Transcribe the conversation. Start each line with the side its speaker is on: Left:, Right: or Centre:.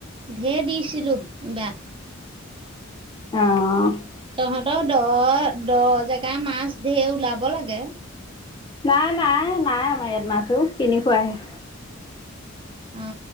Right: ধঢেৰ দিছিলো কিবাক
Left: অ
Right: তহঁতৰ দহ দহ জেগা মাছ ধেৰ ওলাব লাগে
Left: নাই নাই নাই আমাৰ ইয়াত মাছো কিনি খুৱাহে
Right: অ